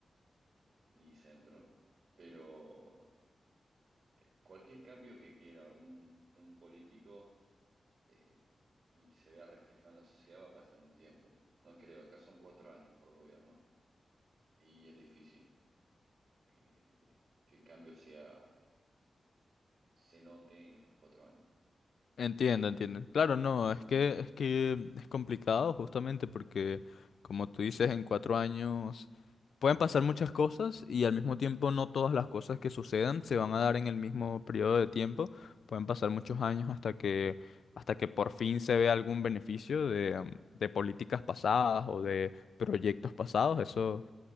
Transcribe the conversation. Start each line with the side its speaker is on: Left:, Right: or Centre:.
Right: eh, ni centro, pero eh, cualquier cambio que quiera un, un político eh, y que se vea reflejado en la sociedad va a pasar un tiempo. No creo, acá son cuatro años por gobierno y es difícil que, que el cambio sea, se note en estos cuatro años.
Left: Entiendo, entiendo. Claro, no, es que es que es complicado justamente porque, como tú dices, en cuatro años pueden pasar muchas cosas y al mismo tiempo no todas las cosas que sucedan se van a dar en el mismo periodo de tiempo. Pueden pasar muchos años hasta que hasta que por fin se vea algún beneficio de, um, de políticas pasadas o de proyectos pasados. Eso